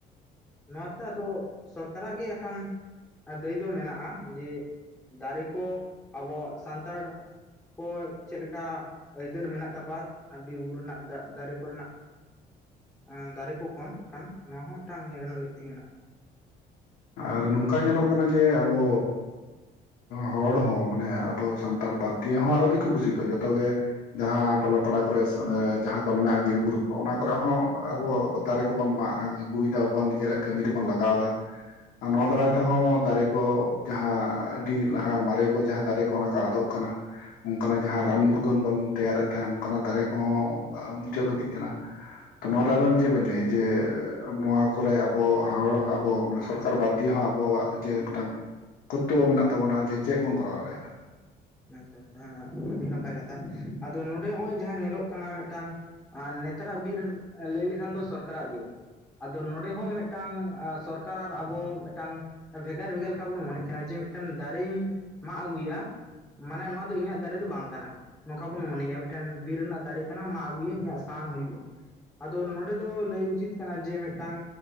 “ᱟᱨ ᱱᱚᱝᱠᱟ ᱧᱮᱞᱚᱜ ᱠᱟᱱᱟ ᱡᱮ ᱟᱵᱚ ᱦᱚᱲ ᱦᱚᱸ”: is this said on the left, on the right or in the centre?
Left